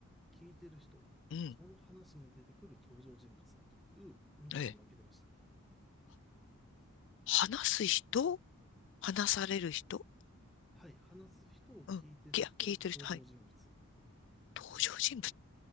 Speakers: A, in the centre; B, on the left.
A: 聞いてる人、
B: うん、
A: その話に出てくる登場人物っていう3つに分けてました。
B: ええ。話す人話される人
A: は、はい、話す人を聞いてる人、
B: うん。き、聞いてる人はい。
A: 登場人物。
B: 登場人物